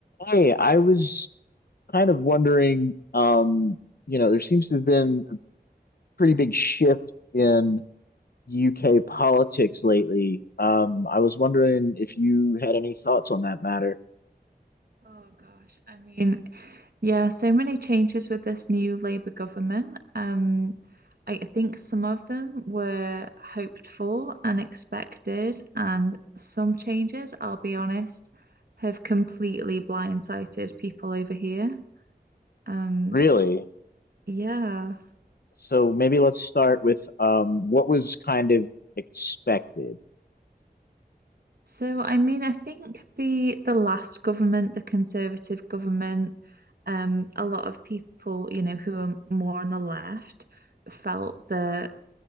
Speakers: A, on the left; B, on the right.
A: Hey, I was kind of wondering, um, you know, there seems to have been a pretty big shift in UK politics lately. Um, I was wondering if you had any thoughts on that matter.
B: Oh gosh, I mean, yeah, so many changes with this new Labour government. Um, I think some of them were hoped for and expected, and some changes, I'll be honest, have completely blindsided people over here. Um,
A: Really?
B: yeah.
A: So maybe let's start with um, what was kind of expected.
B: So I mean, I think the the last government, the Conservative government, um, a lot of people, you know, who are more on the left felt that